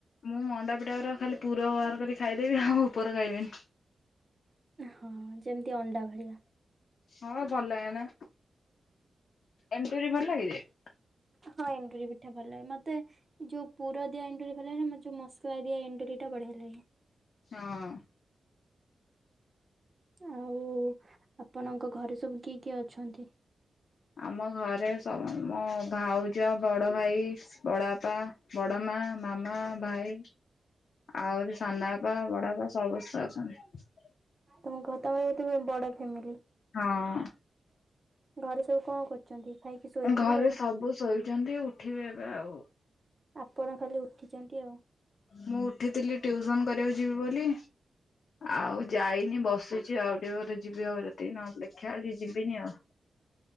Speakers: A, on the left; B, on the right.
A: ମୁଁ ମଣ୍ଡା ପିଠା ଉରା ଖାଲି ପୁର ବାହାର କରି ଖାଇଦେମି ଆଉ ଉପର ଖାଇମିନି।
B: ହଁ ଯେମିତି ଅଣ୍ଡା ଭଳିଆ।
A: ହଁ ଭଲଲାଗେନା ଏଣ୍ଡୁରି ଭଲ <unintelligible>
B: ହଁ ଏଣ୍ଡୁରି ପିଠା ଭଲ ଲାଗେ ମତେ ଯୋଉ ପୁର ଦିଆ ଏଣ୍ଡୁରି ଭଲଲାଗେନା ମତେ ଯୋଉ ମସଲା ଦିଆ ଏଣ୍ଡୁରି ଟା ବଢିଆ ଲାଗେ।
A: ହଁ।
B: ଆଉ ଆପଣଙ୍କ ଘରେ ସବୁ କିଏ କିଏ ଅଛନ୍ତି?
A: ଆମ ଘରେ ସ ମୋ ଭାଉଜ ବଡଭାଇ, ବଡବାପା, ବଡମା ମାମା, ଭାଇ ଆହୁରି ସାନାବାପା ବଡବାପା ସବୁ <inaudible>
B: ତମ ଘର <unintelligible> ବଡ ଫ୍ୟାମିଲି
A: ହଁ।
B: ଘରେ ସବୁ କଣ କରୁଛନ୍ତି? ଖାଇକି ଶୋଇଥିବେ
A: ଘରେ
B: ଆଉ
A: ସବୁ ଶୋଇଛନ୍ତି ଉଠିବେ ଏବେ ଆଉ।
B: ଆପଣ ଖାଲି ଉଠିଛନ୍ତି ଆଉ ।
A: ମୁଁ ଉଠିଥିଲି ଟିଉସନ କରିବାକୁ ଯିବି ବୋଲି ଆଉ ଯାଇନି ବସିଛି ଆଉ ଟିକେ ପରେ ଆଉ ଯଦି ଯିବି ନହେଲେ ଦେଖିବା ଆଜି ଯିବିନି ଆଉ।